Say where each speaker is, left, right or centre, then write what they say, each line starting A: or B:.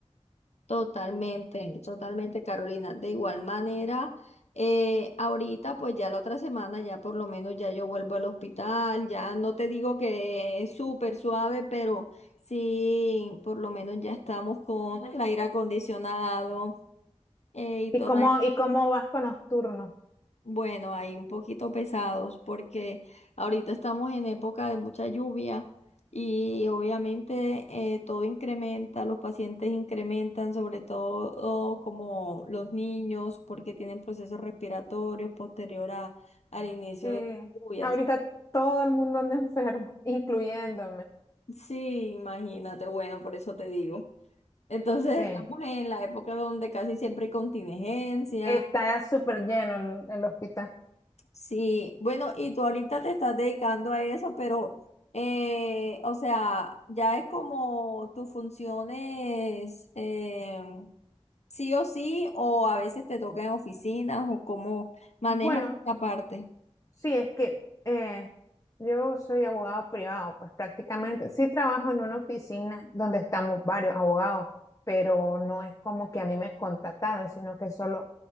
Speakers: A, on the left (about 75°); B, on the left (about 30°).
A: Totalmente, totalmente, Carolina. De igual manera, eh, ahorita, pues ya la otra semana, ya por lo menos ya yo vuelvo al hospital, ya no te digo que es súper suave, pero sí, por lo menos ya estamos con el aire acondicionado eh, y
B: ¿Y
A: todo
B: cómo, y cómo vas con los turnos?
A: bueno, ahí un poquito pesados porque ahorita estamos en época de mucha lluvia y obviamente eh, todo incrementa, los pacientes incrementan, sobre todo como los niños porque tienen procesos respiratorios posterior a- al inicio
B: Eh,
A: de las lluvias.
B: ahorita todo el mundo anda enfermo, <laughs> incluyéndome.
A: Sí, imagínate, bueno, por eso te digo. Entonces
B: Sí,
A: estamos en la época donde casi siempre hay contingencia
B: está súper lleno el, el hospital.
A: Sí, bueno, y tú ahorita te estás dedicando a eso, pero, eh, o sea, ya es como tus funciones, eh, sí o sí, o a veces te toca en oficinas, o cómo manejas
B: Bueno,
A: esa parte.
B: Sí, es que eh, yo soy abogado privado, pues prácticamente sí trabajo en una oficina donde estamos varios abogados, pero no es como que a mí me contrataron, sino que solo